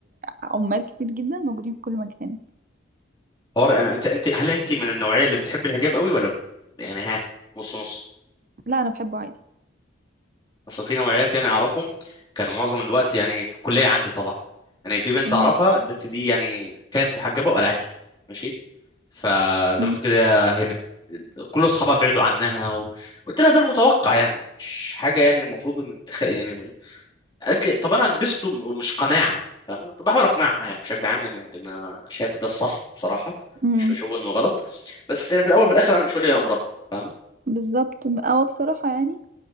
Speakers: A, on the right; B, on the left.
A: عمال كتير جدا موجودين في كل مكان
B: حوار انا انت انت هل انت من النوعية اللي بتحب الحجاب قوي ولا ب- يعني ها نص نص
A: لا انا بحبه عادي
B: اصل في نوعيات يعني اعرفهم كانوا معظم الوقت يعني في الكلية عندي طبعا يعني في بنت
A: امم
B: اعرفها البنت دي يعني كانت محجبة وقلعته ماشي فزي
A: امم
B: ما تقول كده هي مد... كل اصحابها بعدوا عنها و... قلت لها ده المتوقع يعني مش حاجه يعني المفروض ان تخ... يعني قالت لي طب انا لبسته مش قناعه فاهمه طب بحاول اقنعها يعني بشكل عام يعني لان انا شايف ده الصح بصراحه
A: امم
B: مش بشوف انه غلط بس يعني في الاول وفي الاخر انا مش ولي امرها فاهمه
A: بالظبط او بصراحه يعني